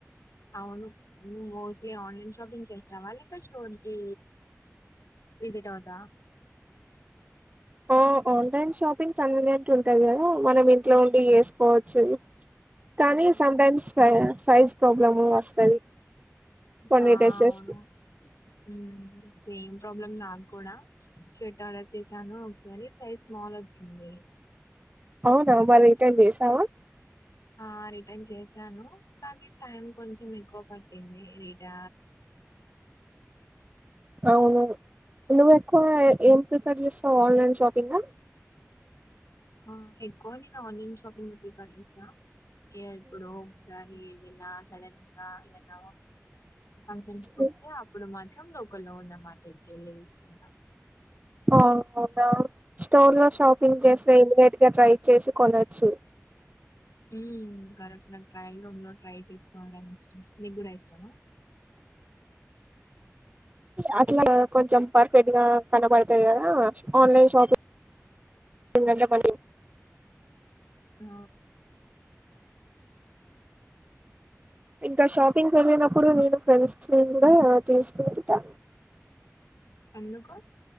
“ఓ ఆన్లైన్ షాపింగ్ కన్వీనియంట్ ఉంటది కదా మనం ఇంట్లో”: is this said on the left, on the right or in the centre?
Right